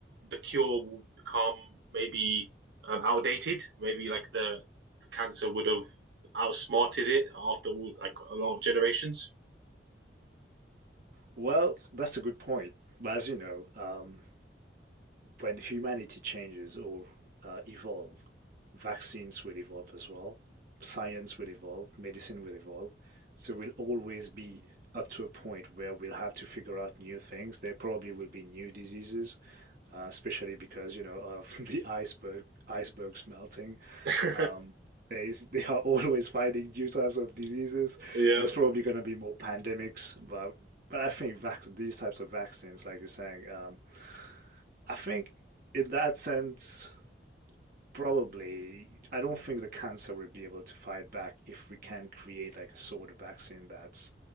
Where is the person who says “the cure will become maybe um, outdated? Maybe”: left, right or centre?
Right